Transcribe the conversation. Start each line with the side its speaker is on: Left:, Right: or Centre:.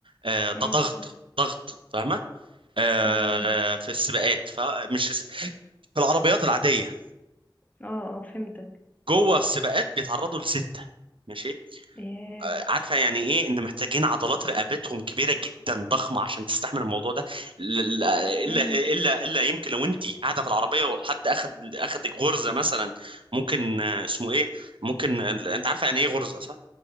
Right: آه ده
Left: امم
Right: ضغط ضغط فاهمة آه
Left: تمام
Right: آه في السباقات فمش في العربيات العادية
Left: اه اه فهمتك
Right: جوه السباقات بيتعرضوا لستة ماشي
Left: ياه
Right: آه، عارفة يعني ايه ان محتاجين عضلات رقبتهم كبيرة جدا ضخمة عشان تستحمل الموضوع ده ل- ل- الا
Left: امم
Right: الا الا يمكن لو انت قاعدة في العربية وحد اخد اخدك غرزة مثلا ممكن آه، اسمه ايه ممكن ال- انت عارفة يعني ايه غرزة صح؟